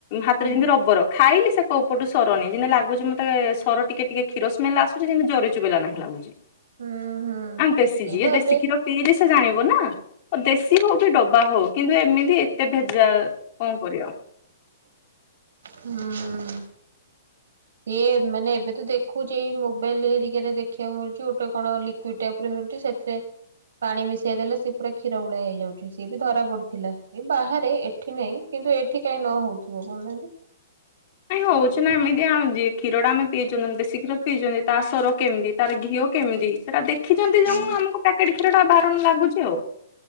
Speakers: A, on the left; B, on the right.
A: ହାତରେ
B: ହୁଁ
A: ଯେମିତି
B: ହୁଁ
A: ରବର- ଖାଇଲି ସେ କଉ ଉପଟୁ ସରନି ଯେମିତି ଲାଗୁଚି ମୋତେ ସର ଟିକେ ଟିକେ କ୍ଷୀର ସ୍ମେଲ ଆସୁଚି ଯେମିତି ଜରି ଚୋବେଇଲା ନାଖେ ଲାଗୁଚି
B: ଉଁ ହୁଁ
A: ଆମ ଦେଶୀ
B: ସେଇ
A: ଯିଏ
B: ବା
A: ଦେଶୀ
B: ଏବେ
A: କ୍ଷୀର ପିଇଚି ସେ ଜାଣିବ ନା ଦେଶୀ ହଉ କି ଡବା ହଉ- କିନ୍ତୁ ଏମିତି ଏତେ ଭେଜା କଣ କରିବ
B: ହୁଁ ଉଁ ସିଏ ମାନେ ଏବେ ତ ଦେ ଖୁଛି ଏଇ ମୋବାଇଲ ହେରିକାରେ ଦେଖିବାକୁ ମିଳୁଚି ଗୋଟେ କଣ ଲିକ୍ୱିଡ ଟାଇପର ମିଳୁଛି ସେଥିରେ ପାଣି ମିଶାଇ ଦେଲେ ସେ ପୁରା କ୍ଷୀର ଭଳିଆ ହେଇଯାଉଚି ସିଏ ବି ଧରା ପଡିଥିଲା ଏ ବାହାରେ ଏଠି ନାହିଁ କିନ୍ତୁ ଏଠି କାଇଁ ନ ହଉଥିବ କହୁନାହାନ୍ତି
A: ହଉଚି ନା ଏମିତି ଆଁ ଯିଏ କ୍ଷୀରଟା ଆମେ ପିଇଚନ୍ତି ଦେଶୀ କ୍ଷୀର ପିଇଚନ୍ତି ତା ସର କେମିତି - ତାର ଘିଅ କେମିତି ସେଟା ଦେଖିଛନ୍ତି
B: ହୁଁ।
A: ଯେଣୁ ଆମକୁ ପ୍ୟାକେଟ କ୍ଷୀର ଟା ବାରଣ
B: ଓହୋ
A: ଲାଗୁଚି ଆଉ